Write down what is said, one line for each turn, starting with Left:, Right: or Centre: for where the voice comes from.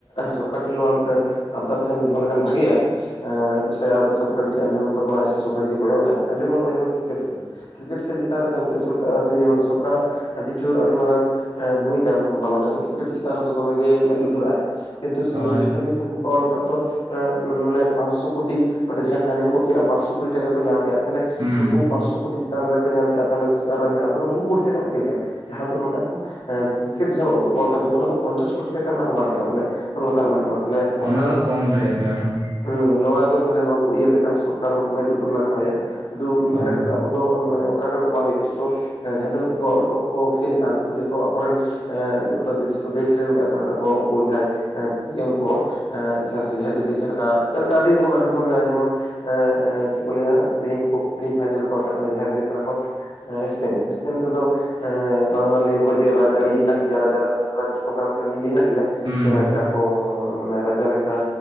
Left: ᱥᱚᱨᱠᱟᱨ ᱴᱷᱮᱱ ᱱᱚᱣᱟ ᱢᱤᱫᱴᱮᱱ ᱟᱵᱫᱟᱨ ᱴᱷᱮᱱ ᱫᱚᱦᱚ ᱞᱮᱠᱷᱟᱱ ᱵᱷᱟᱜᱤᱜᱼᱟ᱾ ᱮᱸ ᱥᱮ ᱟᱨ ᱥᱚᱨᱠᱟᱨ ᱡᱩᱫᱤ ᱟᱸᱡᱚᱢ ᱛᱟᱵᱚᱱᱟᱭ ᱥᱮ ᱥᱚᱨᱠᱟᱨ ᱡᱩᱫᱤ ᱠᱚᱭᱚᱜ ᱟᱭ <unintelligible> ᱠᱨᱤᱠᱮᱴ ᱠᱷᱮᱞ ᱠᱨᱤᱠᱮᱴ ᱠᱷᱮᱞ ᱪᱮᱛᱟᱱ ᱨᱮ ᱥᱟᱞ ᱥᱚᱨᱠᱟ ᱤᱭᱟᱹ ᱢᱟᱱᱮ ᱥᱚᱨᱠᱟᱨᱟᱜ ᱟᱹᱰᱤ ᱡᱳᱨ ᱟᱹᱰᱤ ᱢᱟᱨᱟᱝ ᱵᱷᱩᱢᱤᱠᱟ ᱯᱟᱞᱚᱱᱟᱭ ᱠᱨᱤᱠᱮᱴ ᱪᱮᱛᱟᱱ ᱨᱮᱫᱚ ᱫᱚᱢᱮ ᱜᱮ ᱢᱮᱸᱫ ᱞᱩᱛᱩᱨᱟᱜ ᱟᱭ᱾ ᱠᱤᱱᱛᱩ
Right: ᱦᱳᱭ
Left: <unintelligible> ᱯᱷᱤᱯᱟᱣᱟᱨᱞᱰ ᱠᱟᱯ ᱫᱚ, ᱢᱟᱱᱮ ᱯᱟᱸᱥ ᱥᱚ ᱠᱳᱴᱤ ᱢᱟᱱᱮ ᱡᱟᱦᱟᱸᱭ ᱯᱷᱟᱭᱱᱮᱞ ᱠᱚ ᱠᱷᱮᱮᱞᱼᱟ ᱯᱟᱸᱥ ᱥᱚ ᱠᱳᱴᱤ ᱴᱟᱠᱟ ᱠᱚ ᱧᱟᱢᱮᱜᱼᱟ᱾ ᱛᱟᱦᱚᱞᱮ
Right: ᱦᱩᱸ
Left: ᱱᱩᱠᱩ ᱯᱟᱸᱥ ᱥᱚ ᱠᱳᱴᱤ ᱪᱮᱛᱟᱱ ᱨᱮᱠᱚ ᱧᱟᱢᱮᱜᱼᱟ ᱛᱟᱦᱚᱞᱮ ᱟᱨ ᱦᱮᱱᱟᱜ ᱼᱟ ᱵᱚᱦᱩᱠᱳᱴᱤ ᱴᱟᱠᱟᱱᱟᱜ ᱠᱷᱮᱞ ᱠᱟᱱᱟ᱾ ᱡᱟᱦᱟᱸ ᱫᱚ ᱱᱚᱸᱰᱮ ᱠᱨᱤᱠᱮᱴ ᱡᱟᱦᱟᱸ ᱳᱭᱟᱞᱠᱟᱯ ᱦᱩᱭᱩᱜ ᱠᱟᱱᱟ ᱚᱱᱟ ᱫᱚ ᱯᱚᱧᱪᱟᱥ ᱠᱳᱴᱤ ᱴᱟᱠᱟ ᱨᱮᱱᱟᱜ ᱦᱚᱸ ᱵᱟᱝ ᱠᱟᱱᱟ᱾ᱢᱟᱱᱮ <unintelligible> ᱞᱟᱛᱟᱨ ᱨᱮᱱᱟᱜ ᱠᱟᱱᱟ ᱛᱟᱦᱞᱮ ᱚᱝᱠᱟᱱ
Right: ᱚᱱᱟ ᱫᱚ ᱠᱚᱢ ᱨᱮᱭᱟᱜ ᱜᱮ ᱟᱨᱦᱚᱸ
Left: ᱦᱩᱸ ᱱᱚᱣᱟ ᱫᱚ ᱛᱟᱦᱚᱞᱮ ᱱᱚᱣᱟ ᱠᱚ ᱩᱭᱦᱟᱹᱨ ᱞᱮᱠᱷᱟᱱ ᱥᱚᱨᱠᱟᱨ ᱢᱮᱸᱫ ᱞᱩᱛᱩᱨ ᱞᱟᱜᱟᱣᱭᱟ, ᱥᱩᱫᱷᱩ ᱢᱤᱜ
Right: ᱦᱳᱭ
Left: ᱫᱷᱟᱨᱮ ᱠᱟᱛᱮᱜ ᱟᱵᱚ ᱫᱚ ᱢᱟᱱᱮ ᱚᱱᱠᱟ ᱠᱟᱛᱮᱜ ᱫᱚ ᱵᱟᱝ ᱦᱩᱭᱩᱜᱼᱟ ᱡᱚᱛᱚ ᱦᱮᱸ ᱡᱟᱦᱟᱸ ᱛᱤᱱᱟᱹᱜ ᱯᱷᱤᱯᱷᱟ ᱳᱣᱟᱞᱰ ᱠᱟᱯ ᱠᱚ ᱠᱷᱮᱞᱮᱜᱼᱟ ᱱᱩᱠᱩ ᱡᱚᱛᱚ ᱟᱠᱚᱨᱮᱱ ᱮᱸ ᱜᱷᱚᱴᱟ ᱫᱮᱥᱛᱚ ᱫᱮᱥ ᱨᱮᱱ ᱟᱠᱚ ᱨᱮᱱ ᱟᱠᱚ ᱩᱱᱠᱩ ᱡᱟᱦᱟᱸᱭ ᱮᱸ ᱯᱤ ᱮᱢ ᱠᱚ ᱮᱸ ᱡᱟᱦᱟᱸ <unintelligible> ᱡᱟᱦᱟᱸᱞᱮᱠᱟ ᱡᱟᱦᱟᱸᱞᱮᱠᱟ ᱟᱹᱰᱤ ᱨᱚᱠᱚᱢ ᱟᱹᱰᱤ ᱨᱚᱠᱚᱢ ᱢᱮᱱᱟᱜᱼᱟ ᱡᱮᱢᱚᱱ ᱮᱸ ᱮᱸ ᱪᱮᱜ ᱠᱚ ᱞᱟᱹᱭᱟ ᱛᱮᱦᱤᱧ ᱠᱚ ᱛᱮᱦᱮᱧ ᱯᱷᱟᱭᱱᱮᱞ ᱨᱮᱠᱚ ᱨᱟᱠᱟᱵ ᱱᱟ ᱡᱟᱦᱟᱸᱭ ᱫᱚ ᱦᱩᱭᱩᱜ ᱠᱟᱱᱟ ᱠᱚ ᱮᱥᱯᱮᱱ ᱮᱥᱯᱮᱱ ᱨᱮᱫᱚ, ᱮᱸ ᱵᱟᱝᱢᱟ ᱞᱟᱹᱭᱟᱠᱚ ᱡᱮ ᱨᱟᱡᱽ ᱟᱹᱨᱤ ᱦᱮᱱᱟᱜ ᱜᱮᱭᱟ ᱨᱟᱡᱟ ᱨᱟᱡᱽ ᱚᱝᱠᱟ ᱢᱤᱜᱴᱟᱝ ᱤᱭᱟᱹ ᱦᱮᱱᱟᱜ ᱜᱮᱭᱟ᱾
Right: ᱦᱩᱸ
Left: ᱡᱮ ᱨᱟᱡᱟ ᱠᱚ ᱢᱟᱱᱮ ᱨᱟᱡᱟ ᱞᱮᱠᱟ,